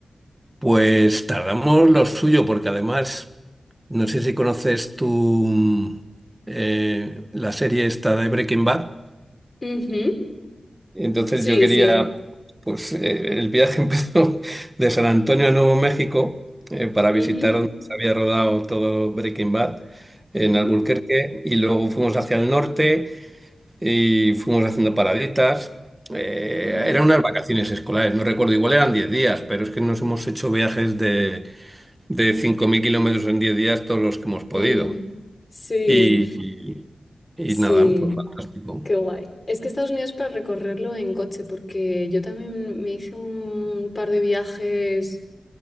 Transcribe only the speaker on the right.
Pues tardamos lo suyo, porque además, no sé si conoces tú mm, eh, la serie esta de Breaking Bad.
Entonces
yo quería,
pues eh, el viaje <laughs> empezó de San Antonio a Nuevo México eh, para visitar
donde se había rodado todo Breaking Bad en
Albuquerque y luego fuimos hacia el norte y fuimos haciendo paraditas. Eh,
eran unas vacaciones escolares, no recuerdo, igual eran 10 días, pero es que nos hemos hecho viajes de de 5.000 kilómetros en 10 días, todos los que hemos podido.
Y, y
nada, pues fantástico.